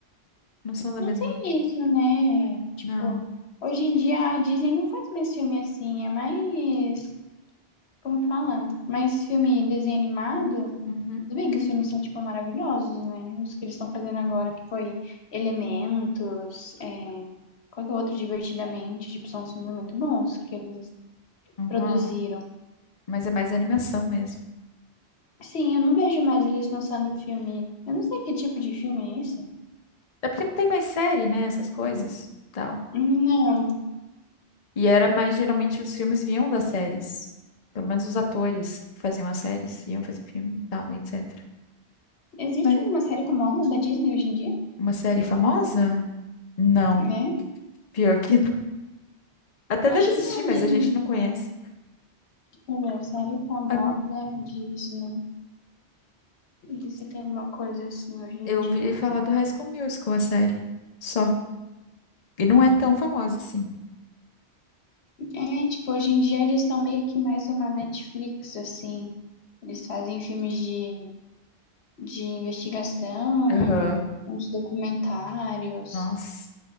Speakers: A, on the left (about 40°); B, on the left (about 70°).
A: não são da
B: Não
A: mesma.
B: tem isso, né? Tipo,
A: Não.
B: hoje em dia a Disney não faz mais filme assim, é mais, como fala? Mais filme desenho animado.
A: Uhum,
B: Tudo bem
A: uhum,
B: que os filmes são, tipo, maravilhosos, né? Os que eles estão fazendo agora, que foi Elementos, é, qual que é o outro, Divertidamente, tipo, são filmes muito bons que eles
A: uhum.
B: produziram.
A: Mas é mais animação mesmo.
B: Sim, eu não vejo mais eles lançando filme. Eu não sei que tipo de filme é esse.
A: É porque não tem mais série, né, essas coisas, tal.
B: Não.
A: E era mais geralmente os filmes vinham das séries. Pelo menos os atores que faziam as séries, iam fazer filme e tal, e etc.
B: Existe
A: Mas
B: alguma série famosa da Disney hoje em dia?
A: uma série famosa? Não,
B: Né?
A: pior que <laughs> não. Até
B: Eu
A: deve
B: acho
A: existir,
B: que não,
A: mas
B: mesmo.
A: a gente não conhece.
B: É série famosa
A: A-
B: Disney. Não se tem alguma coisa assim hoje em
A: Eu
B: dia.
A: ouvi falar do High School Musical, a série. Só. E não é tão famosa assim.
B: É, tipo, hoje em dia eles são meio que mais uma Netflix, assim. Eles fazem filmes de, de investigação,
A: Aham.
B: uns documentários.
A: Nossa.